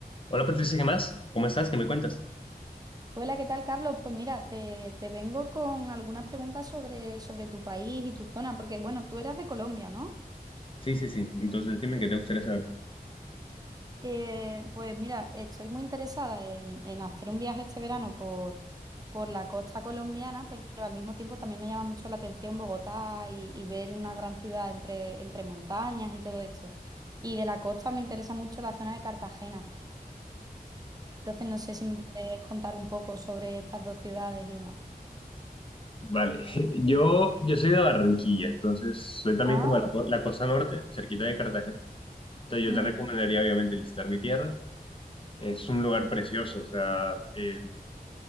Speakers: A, on the left; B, on the right.
A: Hola Patricia, ¿qué más? ¿Cómo estás? ¿Qué me cuentas?
B: Hola, ¿qué tal, Carlos? Pues mira, te, te vengo con algunas preguntas sobre, sobre tu país y tu zona, porque bueno, tú eras de Colombia, ¿no?
A: Sí, sí, sí. Entonces dime qué te gustaría saber.
B: Eh, pues mira, estoy muy interesada en, en hacer un viaje este verano por, por la costa colombiana, pero al mismo tiempo también me llama mucho la atención Bogotá y, y ver una gran ciudad entre, entre montañas y todo esto. Y de la costa me interesa mucho la zona de Cartagena. Entonces no sé si me puedes contar un poco sobre estas dos ciudades y demás.
A: Vale, <laughs> yo, yo soy de Barranquilla, entonces soy también
B: Ah.
A: como de la, la costa norte, cerquita de Cartagena. Entonces yo
B: Ujú,
A: te recomendaría obviamente visitar mi tierra. Es un lugar precioso, o sea, eh,